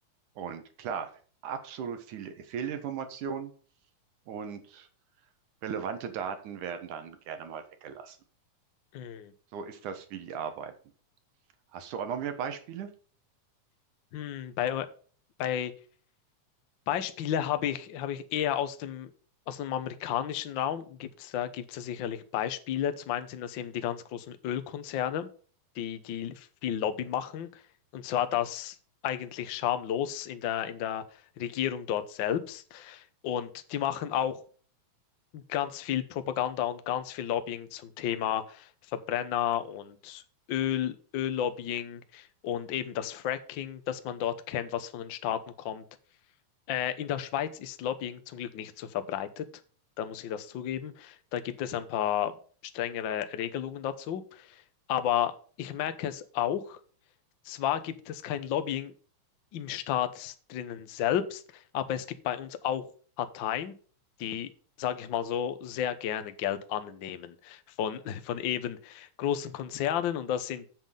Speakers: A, on the right; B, on the left.
A: Und klar, absolut viele Fehlinformationen und relevante Daten werden dann gerne mal weggelassen.
B: Hm.
A: So ist das, wie die arbeiten. Hast du auch noch mehr Beispiele?
B: Hm, bei, bei Beispiele habe ich, habe ich eher aus dem, aus dem amerikanischen Raum. Gibt es da, gibt's da sicherlich Beispiele. Zum einen sind das eben die ganz großen Ölkonzerne, die, die viel Lobby machen. Und zwar das eigentlich schamlos in der, in der Regierung dort selbst. Und die machen auch ganz viel Propaganda und ganz viel Lobbying zum Thema Verbrenner und Öl, Öllobbying und eben das Fracking, das man dort kennt, was von den Staaten kommt. Äh, in der Schweiz ist Lobbying zum Glück nicht so verbreitet. Da muss ich das zugeben. Da gibt es ein paar strengere Regelungen dazu. Aber ich merke es auch. Zwar gibt es kein Lobbying im Staat drinnen selbst, aber es gibt bei uns auch Parteien, die, sage ich mal so, sehr gerne Geld annehmen von, <laughs> von eben großen Konzernen und das sind